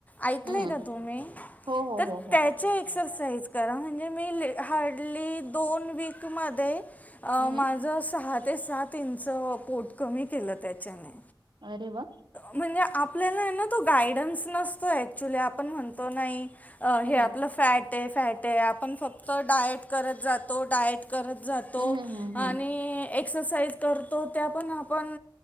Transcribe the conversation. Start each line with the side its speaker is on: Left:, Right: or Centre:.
Left: ऐकलंय
Right: हम्म
Left: का तुम्ही
Right: हो हो
Left: तर
Right: हो हो
Left: त्या एक्सरसाइज करा म्हणजे मी हार्डली दोन वीकमध्ये
Right: हम्म
Left: माझं सहा ते सात इंच पोट कमी केलं त्याच्याने
Right: अरे वा
Left: म्हणजे आपल्याला ना तो गायडन्स नसतो ऍक्च्युली आपण म्हणतो नाही. अ
Right: हम्म
Left: हे आपलं फॅट ए फॅट ए आपण फक्त डायट करत जातो डायट करत जातो.
Right: हम्म
Left: तो
Right: हम्म हम्म हम्म
Left: आणि एक्सरसाइज करतो त्या पण आपण